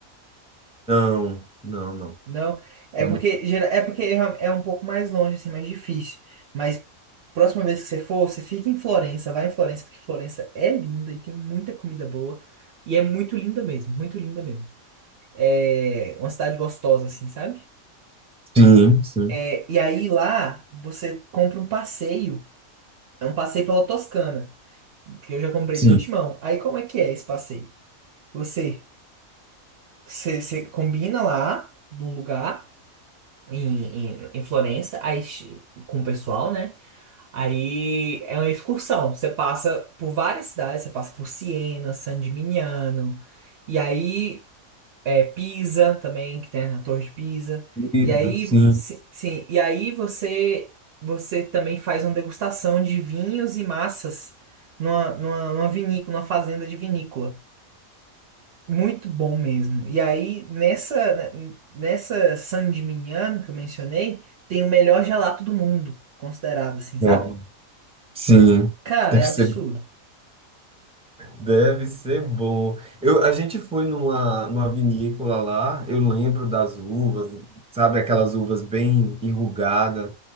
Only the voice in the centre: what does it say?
Não, não, não.
Não
me-
Sim, sim,
sim.
Sim, sim.
Sim.
Uau. Sim.
Deve
ser
Deve ser bom. Eu, a gente foi numa, numa vinícola lá, eu lembro das uvas, sabe, aquelas uvas bem enrugadas,